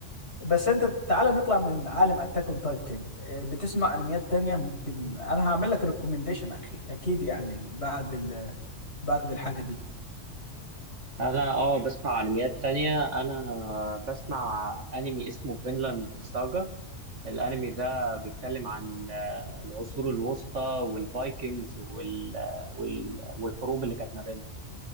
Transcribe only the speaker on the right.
أنا أه بسمع أنميات تانية أنا بسمع أنمي اسمه فينلاند ساجا الانمي ده بيتكلم عن آه، العصور الوسطى والفايكنجز وال... آه، وال... والحروب اللي كانت ما بينهم